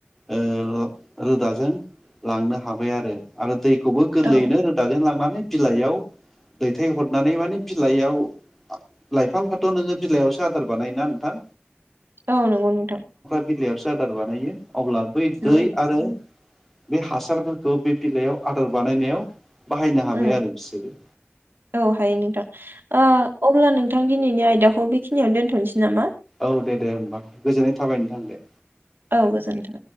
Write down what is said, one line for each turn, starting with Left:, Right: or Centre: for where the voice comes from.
Centre: ओ रोदाजों लांनो हाबाय आरो आरो दै खौबो गोरलैयैनो
Right: औ
Centre: लांनानै बिलाइयाव दैथाय हरनानै माने बिलाइयाव लाइफांफ्राथ नोङो बिलाइआवसो आदार बानायो ना नोंथां
Right: औ नंगौ नोंथां
Centre: बिलायावसो आदार बानायो अब्ला बै
Right: औ
Centre: दै आरो बे हासारफोरखौ बे बिलाइयाव आदार बानायनायाव बाहायनो हाबाय
Right: उम
Centre: आरो बिसोरो
Right: औ हायो नोंथां ओ अब्ला नोंथां दिनैनि आयदाखौ खिनियावनो दोनथनोसै नामा?
Centre: औ दे दे होमबा गोजोननाय थाबाय नोंथां दे
Right: औ गोजोन्थों।